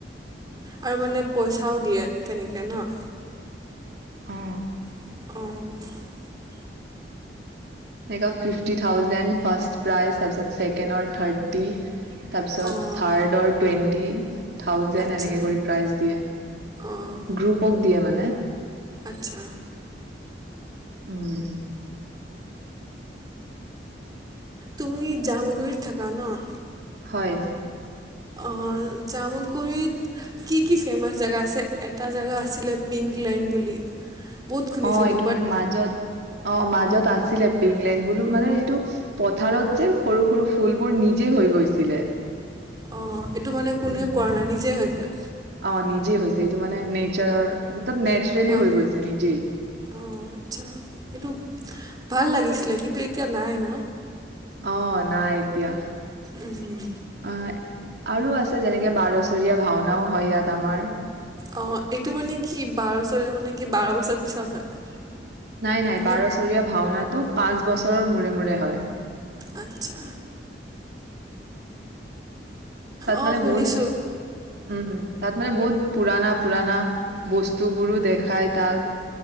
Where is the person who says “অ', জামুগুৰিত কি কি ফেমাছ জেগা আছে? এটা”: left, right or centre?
Right